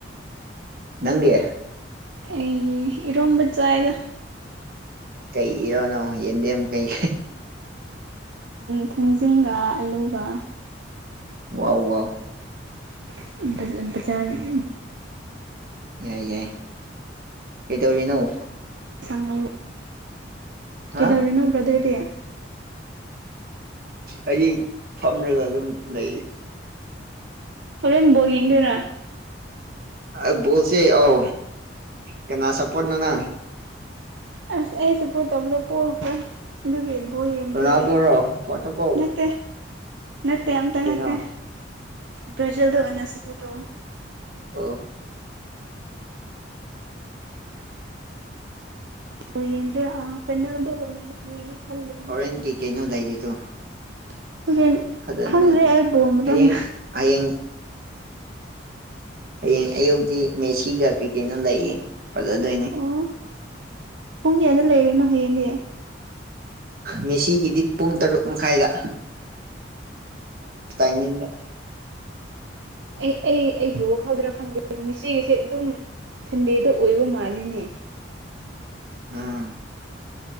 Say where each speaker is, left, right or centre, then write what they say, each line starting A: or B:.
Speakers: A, on the right; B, on the right.
A: ꯅꯪꯗꯦ
B: ꯑꯩꯖꯤ ꯔꯣꯝꯕ ꯆꯥꯏꯗ
A: ꯀꯩ ꯏꯔꯣꯅꯣ ꯌꯦꯟꯗꯦꯝꯃꯨ ꯀꯩ
B: ꯊꯣꯡꯖꯤꯡꯒ ꯑꯂꯨꯒ
A: ꯋꯥꯎ ꯋꯥꯎ
B: <unintelligible>
A: ꯌꯥꯏ ꯌꯥꯏ ꯀꯩꯗꯧꯔꯤꯅꫭ
B: <unintelligible>
A: ꯍꯥ
B: ꯀꯩꯗꯧꯔꯤꯅꯣ ꯕ꯭ꯔꯗ꯭ꯔꯗꯤ
A: ꯑꯩꯗꯤ ꯐꯝꯂꯒ ꯑꯗꯨꯝ ꯂꯩꯔꯤ
B: ꯍꯣꯔꯦꯟ ꯕꫭꯜ ꯌꯦꯡꯗꯨꯔꯥ
A: ꯑ ꯕꫭꯜꯁꯦ ꯑꯣ ꯀꯅꯥ ꯁꯄꯣꯠ ꯅꯅ
B: ꯑꯁ ꯑꯩꯁꯄꯣꯠ ꯇꯧꯕꯗꫭ ꯄꯣꯈ꯭ꯔꯦ ꯑꯗꯨꯒꯤꯕꯣꯜ ꯌꯦꯡꯗ꯭ꯔꯦ
A: ꯔꯣꯅꯥꯜꯗꯣꯔꯣ ꯄꯣꯔꯇꯨꯒꯜ
B: ꯅꯥꯠꯇꯦ ꯅꯠꯇꯦ ꯑꯝꯇ
A: ꯀꯩꯅꯣ
B: ꯅꯠꯇꯦ ꯕ꯭ꯔꯖꯜꯗꯟꯅ ꯁꯄꯨꯗꯧꯕ
A: ꯑ
B: ꯍ ꯌꯦ ꯑ ꯐꯟꯅꯅꯦ ꯈꯜꯂ
A: ꯍꯣꯔꯦꯟ ꯀꯩ ꯀꯩꯅꯣ
B: <unintelligible>
A: ꯂꯩꯔꯤꯗꯣ
B: ꯍꯣꯔꯦꯟ
A: ꯐꯖꯅ
B: ꯈꯪꯗ꯭ꯔꯦ ꯑꯩ ꯕꯣꯜꯃꯔꯝ
A: ꯍꯌꯦꯡ ꯍꯌꯦꯡ ꯍꯌꯦꯡ ꯑꯌꯨꯛꯇꯤ ꯃꯦꯁꯤꯒ ꯀꯩ ꯀꯩꯅꯣ ꯂꯥꯛꯏ ꯐꯖꯗꯣꯏꯅꯤ
B: ꯑꯣ ꯄꯨꯡ ꯀꯌꯥꯗ ꯂꯩꯔꯦꯅꯣ ꯍꯌꯦꯡꯗꯤ
A: ꯃꯦꯁꯤꯒꯤꯗꯤ ꯄꯨꯡ ꯇꯔꯨꯛ ꯃꯈꯥꯏꯗ ꯇꯥꯏꯃꯤꯡꯗ
B: ꯑꯩ ꯑꯩ ꯑꯩꯒꯤ ꯋꯥꯈꯥꯎꯗꯔ ꯈꯪꯗꯦ ꯃꯦꯆꯦꯒꯤꯁꯦ ꯑꯗꯨꯝ ꯁꯟꯗꯦꯗ ꯑꯣꯏꯕ ꯃꯥꯜꯂꯤꯅꯦ
A: ꯑꯥ